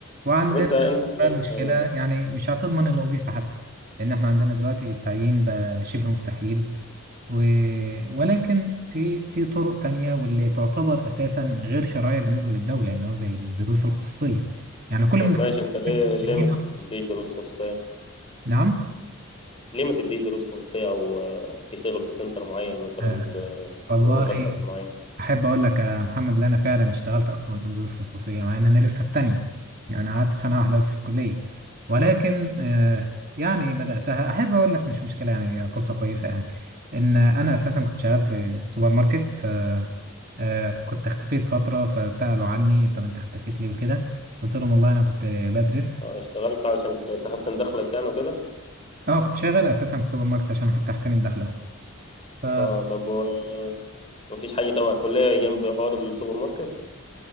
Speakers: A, on the right (about 40°); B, on the left (about 25°).
A: وعندنا
B: طب أنت أنت حاليا
A: بقى المشكلة يعني مش هتضمن الوظيفة حتى لأن إحنا عندنا دلوقتي التعيين بقى شبه مستحيل و... ولكن في في طرق تانية واللي تعتبر أساسا غير شرعية بالنسبة للدولة إن هو زي الدروس الخصوصية يعني كل
B: طب
A: مدرسين
B: ماشي أنت ليه
A: بيميلوا
B: ليه ما
A: على الدروس
B: تديش دروس خصوصية
A: نعم
B: ليه ما تديش دروس خصوصية أو آه، تشتغل في سنتر معين مثلا
A: آه. والله
B: بمرتب معين
A: احب اقول لك يا محمد ان انا فعلا اشتغلت اصلا دروس خصوصيه مع ان انا لسه في تانية يعني قعدت سنه واحده بس في الكليه ولكن آه، يعني بداتها احب اقول لك مش مشكله يعني قصه كويسه يعني ان انا اساسا كنت شغال في سوبر ماركت ف آه، كنت اختفيت فتره فسالوا عني طب انت اختفيت ليه وكده قلت لهم والله انا كنت بدرس
B: آه، اشتغلت عشان ت- تحسن دخلك يعني وكده
A: اه كنت شغال اساسا في سوبر ماركت عشان حتى احسن الدخل اهو ف
B: اه طب و- مفيش حاجة تبع الكلية جنب حوار السوبر ماركت